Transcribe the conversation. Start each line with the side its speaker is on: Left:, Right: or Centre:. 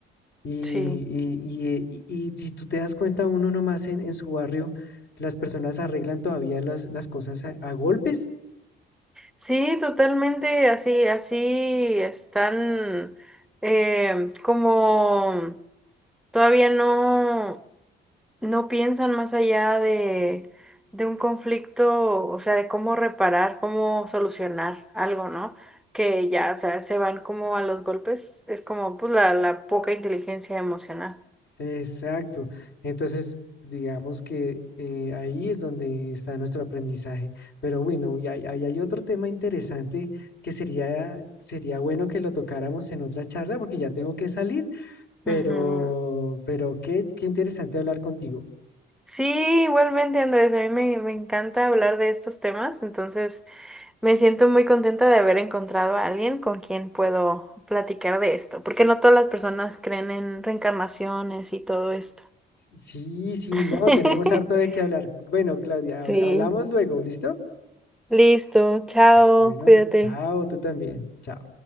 Left: Y,
Centre: sí.
Left: y- y- y- y si tú te das cuenta, uno nomás en, en su barrio, las personas arreglan todavía las, las cosas a a golpes
Centre: Sí, totalmente, así, así están eh, como todavía no, no piensan más allá de, de un conflicto, o sea, de cómo reparar, cómo solucionar algo, ¿no? Que ya, o sea, se van como a los golpes, es como pues la, la poca inteligencia emocional.
Left: Exacto. Entonces, digamos que eh, ahí es donde está nuestro aprendizaje. Pero bueno, y hay- ahí hay otro tema interesante que sería, sería bueno que lo tocáramos en otra charla porque ya tengo que salir, pero,
Centre: Ujú.
Left: pero qué, qué interesante hablar contigo.
Centre: Sí, igualmente, Andrés, a mí me, me encanta hablar de estos temas, entonces Me siento muy contenta de haber encontrado a alguien con quien puedo platicar de esto, porque no todas las personas creen en reencarnaciones y todo esto.
Left: Sí, sí,
Centre: <laughs>
Left: no, tenemos harto de qué hablar. Bueno, Claudia,
Centre: Sí.
Left: hab- hablamos luego, ¿listo?
Centre: Listo, chao,
Left: Bueno,
Centre: cuídate.
Left: chao, tú también. Chao.